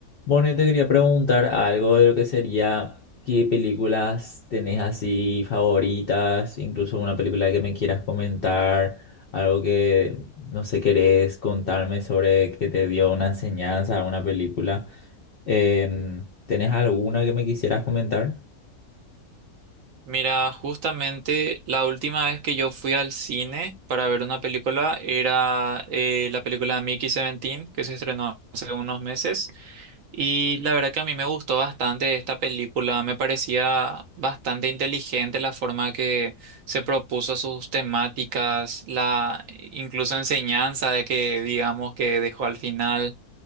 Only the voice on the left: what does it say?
Bueno, yo te quería preguntar algo de lo que sería qué películas tenés así favoritas, incluso una película que me quieras comentar, algo que no sé, querés contarme sobre que te dio una enseñanza, una película. Em, ¿tenés alguna que me quisieras comentar?